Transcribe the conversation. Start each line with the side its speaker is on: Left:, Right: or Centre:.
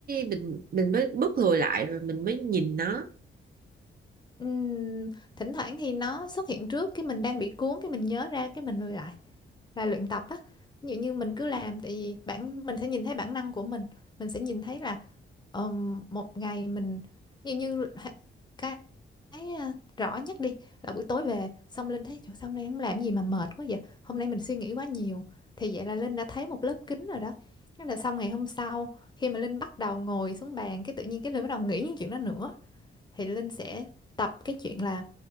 Right: mình mình mới bước lùi lại rồi mình mới nhìn nó.
Left: Ừm, thỉnh thoảng thì nó xuất hiện trước cái mình đang bị cuốn cái mình nhớ ra cái mình lùi lại là luyện tập á ví dụ như mình cứ làm tại vì bản mình sẽ nhìn thấy bản năng của mình mình sẽ nhìn thấy là Ờm, một ngày mình như như h- cái, cái à, rõ nhất đi là buổi tối về xong Linh thấy trời sao hôm nay không làm gì mà mệt quá vậy hôm nay mình suy nghĩ quá nhiều thì vậy là Linh đã thấy một lớp kính rồi đó Thế là xong ngày hôm sau khi mà Linh bắt đầu ngồi xuống bàn cái tự nhiên cái Linh bắt đầu nghĩ những chuyện đó nữa thì Linh sẽ tập cái chuyện là